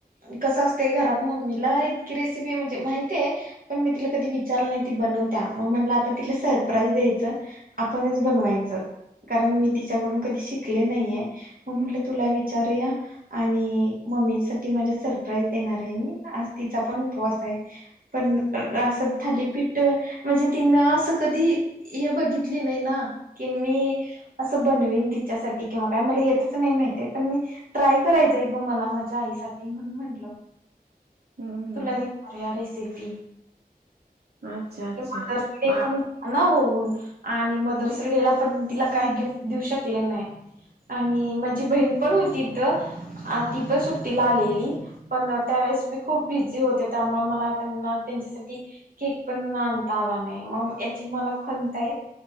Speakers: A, on the right; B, on the right.
A: कसं असते घरात मम्मीला इतकी रेसिपी म्हणजे माहतीय पण मी तिला कधी विचारलं नाही ती बनवत्या मग म्हटलं आता तिला सरप्राईज द्यायचं आपणच बनवायचं कारण मी तिच्याकडून कधी शिकले नाहीये? मग म्हटलं तुला विचारूया आणि मम्मी साठी माझ्या सरप्राईज देणार आहे मी. आज तिचा पण उपवास आहे पण अस थालीपीठ म्हणजे तिनं असं कधी हे बघितली नाही ना की मी असं बनवीन तिच्यासाठी किंवा काय मला येतच नाही माहित पण मी ट्राय करायचं आहे गं मला माझ्या आईसाठी म्हणून म्हंटलं
B: हम्म हम्म
A: तुला वीचारुया रेसिपी
B: अच्छा
A: <unintelligible>
B: अच्छा.
A: मदर्स डे पण ना हो. आणि मदर्स डे ला पण तिला काही गिफ्ट देऊ शकले नाही आणि माझी बहीण पण होती इथं आणि ती पण सुट्टीला आलेली पण त्यावेेळेस मी खूप बिझी होते त्यामुळ मला त्यांना त्यांच्यासाठी केक पण आणता आला नाही मग याची मला खंत आहे.